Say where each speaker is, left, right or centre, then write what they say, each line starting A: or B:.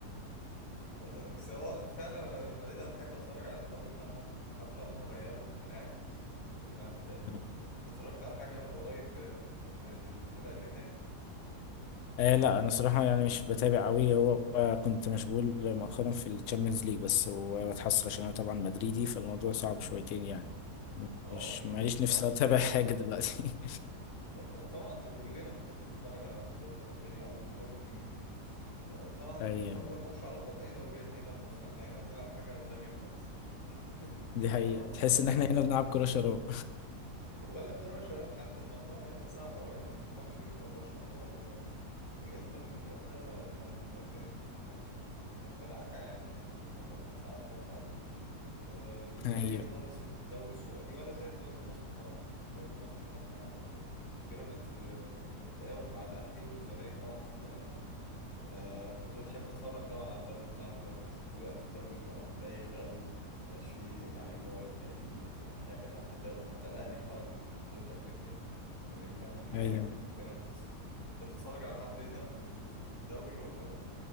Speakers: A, on the left; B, on the left.
A: آه، بس هو لا، فعلا أنا بقيت احب اتفرج على الدوري بتاعهم وحتى هم غيروا الملاعب الملاعب بتاعتهم
B: <laughs>
A: آه، انت اتفرجت على حاجة قريب آه، م- م- للفرقة اللي هناك دي
B: آه لا انا صراحه يعني مش بتابع قوي هو كنت مشغول مؤخرا في الشامبيونز ليج بس وبتحسر عشان انا طبعا مدريدي فالموضوع صعب شويتين يعني
A: اه
B: مش
A: يعني
B: ماليش
A: طبعا
B: نفسي اتابع حاجه دلوقتي
A: أنت- طبعا احنا كلنا بنحب نتفرج على الدوري الاسباني او الدوري الانجليزي آه، طبعا
B: <laughs> ايوه
A: دول ما لهمش علاقة باي دوريات هنا في مصر احنا هنا بنلعب حاجة تانية خالص <laughs>
B: دي حقيقه
A: اللي هو
B: تحس ان احنا هنا بنلعب كره شراب
A: ولا كرة شراب حتى الموضوع هنا صعب أوي يعني ماتش برشلونة و... والإنتر اللي فات ده كان ده كانت ما كانت ما كانت مدعكة يعني كانت الموضوع كان صعب كانت حرب آه، مش
B: <laughs> ايوه
A: زي خالص الدوري السعودي ولا زي الدوري المصري طبعا يعني الدوري المصري هنا احنا ب- بيراميدز آه، بتقاوح مع الأهلي والزمالك طبعا في الكنافة آه كنت بتحب اتفرج طبعا على الدوري بتاعنا زمان بس دلوقتي الدوري بقى بايخ قوي مبقاش فيه لعيبة ولا فيه اي حاجة حتى الدوري حتى الاهلي خرج من بطولة افريقيا اللي مكمل حاليا
B: ايوه
A: بيراميدز انت بتتفرج على حد هنا في ال- في الدوري ولا لا